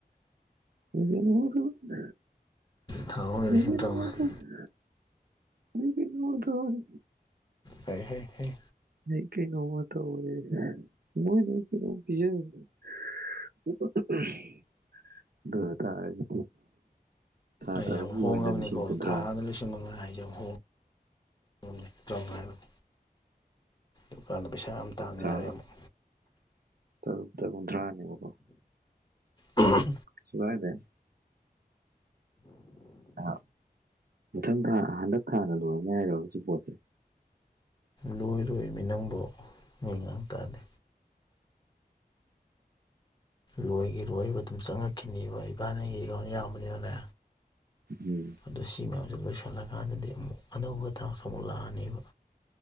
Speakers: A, on the right (about 75°); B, on the left (about 25°).
A: ꯑꯩ ꯀꯩꯅꯣꯝꯃ ꯇꯧꯏ
B: ꯊꯥ ꯑꯍꯨꯝꯒꯤ
A: ꯑꯩ
B: ꯂꯤꯁꯤꯡ
A: ꯀꯩꯅꯣꯝꯃ
B: ꯇꯔꯥꯃꯉꯥ
A: ꯇꯧꯔꯦ ꯑꯩ ꯀꯩꯅꯣꯝꯃ ꯇꯧꯔꯦ
B: ꯍꯥꯏ ꯍꯥꯏ ꯍꯥꯏ
A: ꯅ ꯀꯅꯣꯡꯃ ꯇꯧꯋꯦ ꯏꯃꯥꯏ ꯅꯣꯏ ꯀꯩꯅꯣꯝ ꯄꯤꯖꯧ ꯑꯗꯨꯑꯣꯏ ꯇꯥꯔꯗꯤ ꯊꯥ
B: ꯑꯩ
A: ꯇꯔꯨꯛꯀꯤ
B: ꯌꯥꯝ ꯍꯣꯡꯉꯕꯅꯤꯀꯣ
A: ꯑꯣꯏꯅ ꯂꯤꯁꯤꯡ ꯀꯨꯟꯊ꯭ꯔꯥ
B: ꯊꯥ ꯑꯃꯗ ꯂꯤꯁꯤꯡ ꯃꯉꯥ ꯍꯥꯏꯖꯦ ꯌꯥꯝ ꯍꯣꯡꯒꯦ ꯇ꯭ꯔꯥꯎꯉꯥ ꯍꯥꯏꯕ ꯗꯨꯀꯥꯟꯗ ꯄꯩꯁꯥ ꯌꯥꯝ ꯇꯥꯡ
A: ꯊꯥ
B: ꯌꯥꯔꯦ ꯑꯃꯨꯛ
A: ꯇꯔꯨꯛꯇ ꯀꯨꯟꯊ꯭ꯔꯥꯅꯦꯕꯀꯣ
B: ꯎꯝ
A: ꯁꯨꯒꯥꯏꯗꯦ ꯑ ꯃꯊꯪ ꯊꯥ ꯍꯟꯗꯛ ꯊꯥꯅ ꯂꯣꯏꯔꯅꯤ ꯍꯥꯏꯔꯣꯕ ꯁꯤ ꯄꯣꯠꯁꯦ
B: ꯂꯣꯏꯔꯣꯏꯃꯤ ꯅꯪꯕꯣ ꯃꯤ ꯉꯥꯡ ꯇꯥꯗꯦ ꯂꯣꯏꯒꯤꯔꯣꯏꯕ ꯑꯗꯨꯝ ꯆꯪꯉꯛꯈꯤꯅꯤꯕ ꯏꯕꯥꯅꯤꯒꯤ ꯑꯦꯀꯥ꯭ꯎꯟ ꯌꯥꯝꯕꯅꯤꯅꯅꯦ
A: ꯎꯝ
B: ꯑꯗꯣ ꯁꯤ ꯃꯌꯥꯝꯖꯦ ꯂꯣꯏꯁꯤꯜꯂꯀꯥꯟꯗꯗꯤ ꯑꯃꯨꯛ ꯑꯅꯧꯕ ꯇꯥꯛꯁ ꯑꯃꯨꯛ ꯂꯥꯛꯑꯅꯦꯕ